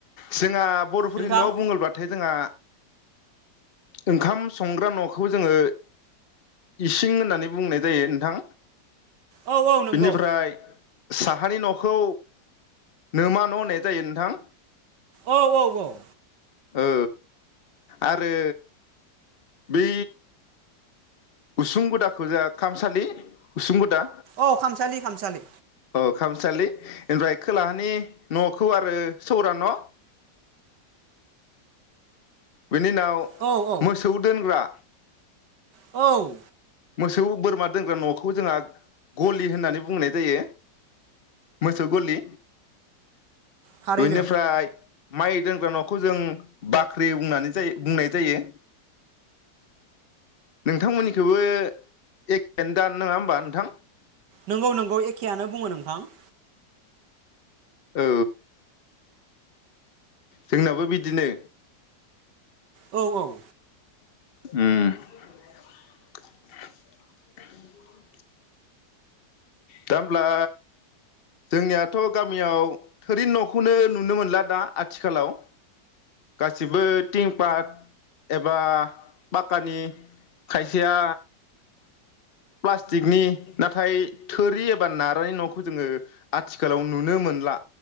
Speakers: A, on the left; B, on the right.
A: सिंहा बरफोरनि
B: नोंथां
A: नआव बुङोब्लाथाय जोंहा ओंखाम संग्रा नखौ जोङो इसिं होननानै बुंनाय जायो नोंथां
B: औ औ नंगौ
A: बिनिफ्राय साहानि नखौ नमा न होननाय जायो नोंथां
B: औ औ औ
A: औ आरो बि उसुं गुदाखौ जोंहा खामसालि उसुं गुदा
B: औ खामसालि खामसालि
A: औ खामसालि ओमफ्राय खोलाहानि नखौ आरो सौरा न बिनि उनाव
B: औ औ
A: मोसौ दोनग्रा
B: औ
A: मोसौ बोरमा दोनग्रा नखौ जोंहा गलि होननानै बुंनाय जायो मोसौ गलि
B: थारैनो
A: बिनिफ्राय माइ दोनग्रा नखौ जों बाख्रि बुंनाय जायो नोंथांमोननिखौबो एखनो दान नङा होमबा नोंथां
B: नंगौ नंगौ एखेयानो बुङो नोंथां
A: औ जोंनाबो बिदिनो
B: औ औ
A: उम दा होमब्ला जोंनियाथ गामियाव थोरि नखौनो नुनो मोनला दा आथिखालाव गासिबो थिं पात एबा पाक्कानि खायसेया प्लास्टिकनि नाथाय थोरि एबा नारानि नखौ जोङो आथिखालाव नुनो मोनला